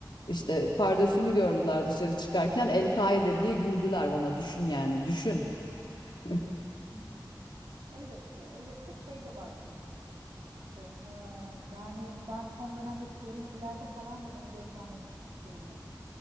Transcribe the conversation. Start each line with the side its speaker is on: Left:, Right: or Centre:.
Left: İşte pardösümü gördüler dışarı çıkarken El-Kaide diye güldüler bana düşün yani düşün. <laughs>
Right: Hı hı. Elbette elbette şey de var çünkü. Çünkü, eee, yani ben son dönemdeki görüntülerde falan da onu gözlemlemiş durumdayım.